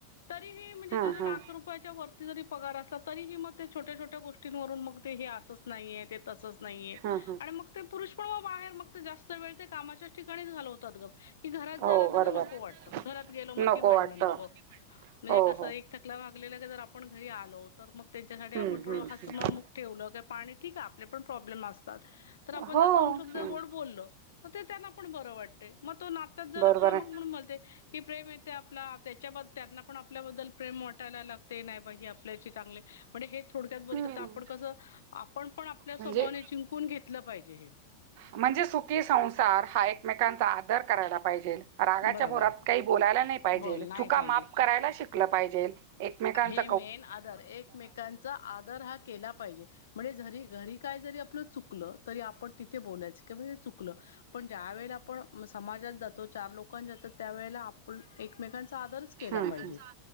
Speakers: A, on the left; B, on the right.
A: तरीही
B: हं, हं.
A: लाक रुपये जरी पगार असला तरीही मग ते छोट्या छोट्या गोष्टींवरून मग ते हे असच नाहीये ते तसंच नाहीे
B: हं, हं.
A: आणि मग ते पुरुष पण म बाहेर मग ते जास्त वेळ ते कामाच्या ठिकाणी च घालवतात गा की घरात जायला
B: हो
A: त्यांना
B: बरोबर.
A: नको वाटतं,
B: जरा
A: घरात गेलो मग
B: नको
A: ती भांडणं
B: वाटतं.
A: नको
B: भांडणं.
A: म्हणजे
B: हो
A: कसं
B: हो.
A: एक थकला वागला थकलेलं आपण घरी आलो तर मग त्यांच्यासाठी
B: हम्म
A: आपण थोडं
B: हम्म
A: हसमुख
B: हम्म.
A: ठेवलं तर पाणी ठीक आहे आपले पण प्रॉब्लेम असतात, तर आपण
B: हो
A: जर दोन शब्द
B: हम्म.
A: गोड बोललो तर ते त्यांना पण बरं वाटतंय मग तो ना तच जर
B: बरोबर
A: आप मग
B: आहे.
A: म्हणून म्हणते कि प्रेम येते आपला त्याच्याबद्ल त्यांना पण आपल्याबद्दल प्रेम वाटायला लागते नाही बा ही आपल्याशी चांगले आहे म्हणे हे थोडक्यात बोलतां
B: हम्म.
A: तर आपण कसं.. आपण पण आपल्या स्वभावाने
B: म्हणजे
A: जिंकून घेतलं पाहिजे हे
B: म्हणजे सुखी संसार हा एकमेकांचा आदर करायला पाहिजेल. रागाच्या
A: बरोबर
B: भोरात काही बोलायला नाही पाहिजेल,
A: बोल नाही
B: चुका
A: पाहिजे
B: माफ करायला शिकलं पाहिजेल एकमेकांच
A: हे मेन आदर एकमेकांचा आदर हा केला पाहिजे म्हणजे जरी घरी काय जरी आपलं चुकलं तरी आपण तिथे बोलायच चुकलं पण ज्या वेळेला आपण समाजात जातो, चार लोक जातो त्या वळेला आपण एकमेकांचा आदरच केला
B: हम्म
A: पाहिजे
B: हम्म